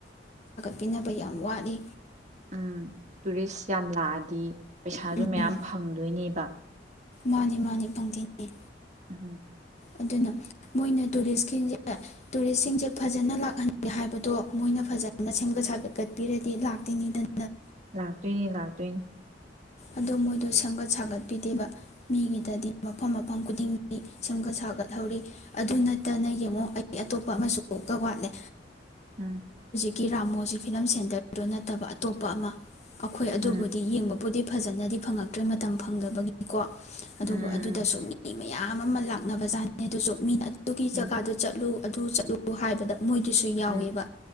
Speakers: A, on the left; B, on the right.
A: ꯕꯤꯅꯕ ꯌꯥꯝ ꯐꯥꯠꯂꯤ
B: ꯎꯝ ꯇꯨꯔꯤꯁ ꯌꯥꯝ ꯂꯥꯛꯑꯗꯤ ꯄꯩꯖꯨ
A: ꯎꯝ
B: ꯃꯌꯥꯝ ꯐꯪꯗꯣꯏꯅꯦꯕ꯫
A: ꯃꯥꯅꯤ ꯃꯥꯅꯤ ꯐꯪꯗꯦꯅꯦ꯫
B: ꯎꯍꯝ
A: ꯑꯗꯨꯅ ꯃꯣꯏꯅ ꯇꯨꯔꯤꯁ ꯈꯩꯖꯦ ꯇꯨꯔꯤꯁ ꯁꯤꯡꯖꯦ ꯐꯖꯅ ꯂꯥꯛꯍꯟꯒꯦ ꯍꯥꯏꯕꯗꯣ ꯃꯣꯏꯅ ꯐꯖꯅ ꯁꯦꯝꯒꯠ ꯁꯥꯒꯠꯄꯤꯔꯗꯤ ꯂꯥꯛꯇꯧꯅꯤꯗꯅ꯫
B: ꯂꯥꯛꯇꯣꯏꯅꯤ ꯂꯥꯛꯇꯣꯏꯅꯤ꯫
A: ꯑꯗꯨ ꯃꯣꯏꯗꯣ ꯁꯦꯝꯒꯥꯠ ꯁꯥꯒꯥꯠꯄꯤꯗꯦꯕꯥ ꯃꯤꯒꯤꯗꯥꯗꯤ ꯃꯐꯥꯝ ꯃꯐꯥꯝ ꯀꯨꯗꯤꯡꯒꯤ ꯁꯦꯝꯒꯥꯠ ꯁꯥꯒꯥꯠꯍꯧꯔꯤ ꯑꯗꯨꯅꯥꯇꯥꯅꯥ ꯌꯦꯡꯉꯣ ꯑꯇꯣꯄꯥ ꯑꯃꯒꯁꯨ ꯋꯥꯠꯂꯦ
B: ꯎꯝ
A: ꯒꯤ ꯔꯥꯃꯣꯖꯤ ꯐꯤꯜꯝ ꯁꯦꯟꯇꯔ ꯗꯣ ꯅꯠꯇꯕꯥ ꯑꯇꯣꯄꯥ ꯑꯃꯥ ꯑꯩꯈꯣꯏ ꯑꯗꯨꯕꯨꯗꯤ
B: ꯎꯝ
A: ꯌꯦꯡꯕꯥ ꯄꯨꯗꯤ ꯐꯥꯖꯥꯅꯥꯗꯤ ꯐꯪꯜꯑꯛꯇ꯭ꯔꯦ ꯑꯗꯨꯕꯨꯗꯤ ꯃꯇꯥꯝ ꯐꯪꯗꯕꯥꯒꯤꯀꯣ ꯑꯗꯨꯕꯨ
B: ꯎꯝ
A: ꯑꯗꯨꯗꯁꯨ ꯃꯤꯌꯥꯝ ꯑꯃꯥ ꯂꯥꯛꯅꯥꯕꯥꯖꯥꯠꯅꯤ ꯑꯗꯨꯖꯨ ꯃꯤꯅ ꯇꯨꯀꯤ
B: ꯎꯝ
A: ꯖꯀꯥꯇꯨ ꯆꯠꯂꯨ ꯑꯗꯨ ꯆꯠꯂꯨ ꯍꯥꯢꯕꯗ ꯃꯣꯏꯗꯤꯁꯨ ꯌꯥꯑꯣꯋꯦꯕꯥ
B: ꯎꯝ